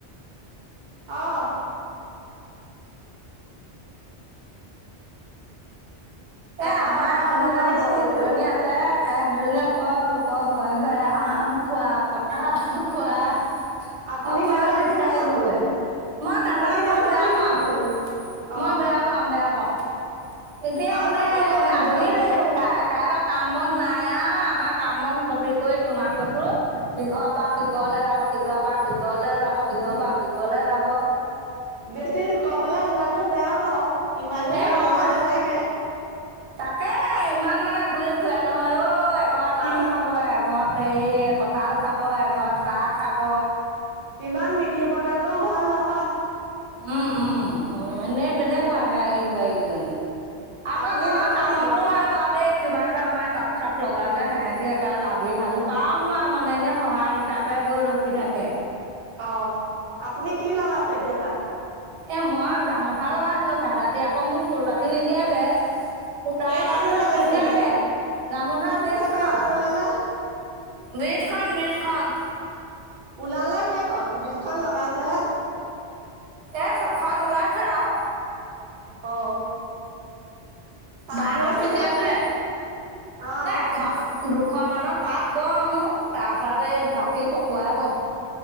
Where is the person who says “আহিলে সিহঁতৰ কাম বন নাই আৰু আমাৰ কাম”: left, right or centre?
Right